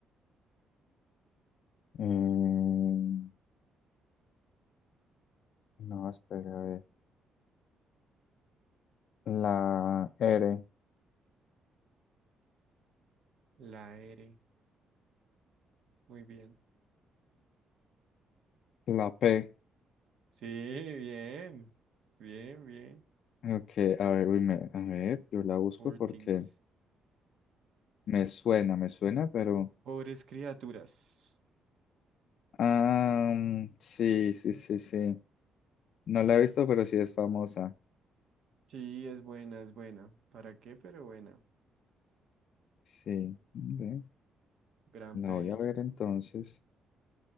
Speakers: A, on the left; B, on the right.
A: Mm, no, espera, a ver. La R.
B: La R. Muy bien.
A: La P.
B: Sí, bien. Bien, bien.
A: Ok, a ver, uy, me- a ver, yo la busco
B: Poor
A: porque
B: things.
A: me suena, me suena, pero...
B: Pobres criaturas.
A: Ah, mm, sí, sí, sí, sí. No la he visto, pero sí es famosa.
B: Sí, es buena, es buena. ¿Para qué? Pero buena.
A: Sí, ve,
B: Gran
A: La
B: peli.
A: voy a ver entonces.